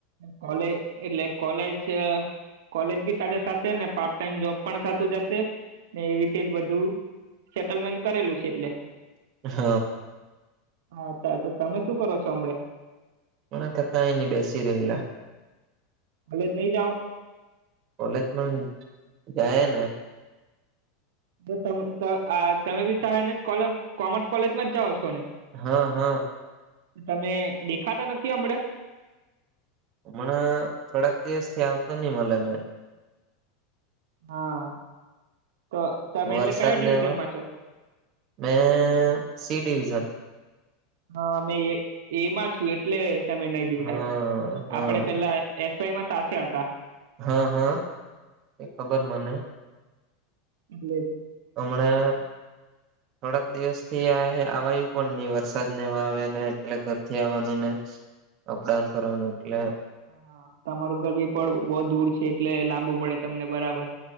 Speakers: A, on the right; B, on the right.
A: કોલે એટલે કોલેજ કોલેજ બી સાથે સાથે ને પાર્ટટાઈમ જોબ પણ સાથે સાથે ને એવી રીતે જ બધું સેટલમેન કરેલું છે એટલે
B: હ
A: હા તાતો તમે શું કરો છો હમડે
B: <unintelligible> થકાઈને બેસી રહેલા.
A: કોલેજ નહી જાઓ?
B: કોલેજ પણ જાયે ને
A: તો તમ ત આ તમે બી શાયદ કોલેજ કોમર્સ કોલેજમાં જ જાઓ છો ને
B: હ હ
A: તમે દેખાતા નથી હમણે
B: હમણાં થોડાક દિવસ થી આવતો નઈ મલે મેં
A: હા તો તમે
B: વરસાદ
A: એટલે કયા ડિવિઝન
B: ને
A: માં છો?
B: મેં સી ડીવિઝન
A: હા મેં એ એમાં છું એટલે તમે નહી દેખાય-'
B: હા હા
A: આપણે પેલા એસ વાય માં સાથે હતા.
B: હ હ એ ખબર મને
A: એટલેજ
B: હમણે
A: <inaudible>
B: થોડાક દિવસ થી આયા આવાયું પણ ની વરસાદ ને આવે ને એટલે ઘરથી આવવાનું ને અપડાઉન કરવાનું એટલે
A: હા તમારું ઘર બી પણ બહ દૂર છે એટલે લાંબુ પડે તમને બરાબર